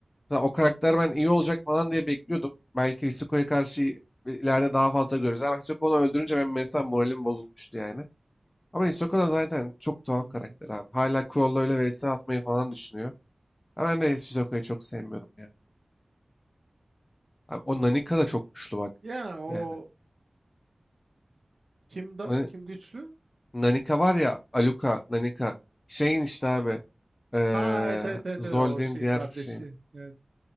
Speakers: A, on the left; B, on the right.
A: Mesela o karakter ben iyi olacak falan diye bekliyordum. Belki Hisoko'ya karşı ileride daha fazla görürüz. Ama Hisoka onu öldürünce ben mesela moralim bozulmuştu yani. Ama Hisoka da zaten çok tuhaf
B: Hmm.
A: karakter abi. Hala Crollo ile vs atmayı falan düşünüyor. Ha, ben de Shizuka'yı çok sevmiyorum ya. Abi, o Nanika da çok güçlü bak.
B: ya o
A: Yani.
B: kim da
A: Na-
B: kim güçlü
A: Nanika var ya Aluka, Nanika. Şeyin işte abi. eee
B: ha evet evet evet,
A: Zold'in
B: evet, o şey
A: diğer
B: kardeşi
A: şeyi.
B: evet